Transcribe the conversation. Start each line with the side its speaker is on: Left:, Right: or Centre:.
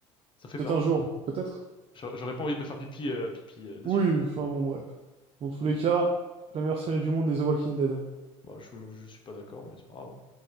Left: Ça fait
Right: Peut-être
Left: peur,
Right: un
Left: hein.
Right: jour, peut-être.
Left: J'a- J'aurais pas envie de me faire pipi, euh, pipi euh, dessus.
Right: Oui, enfin bon, bref. Dans tous les cas, la meilleure série du monde est The Walking Dead.
Left: Bah, je, me- je suis pas d'accord, mais c'est pas grave. hein.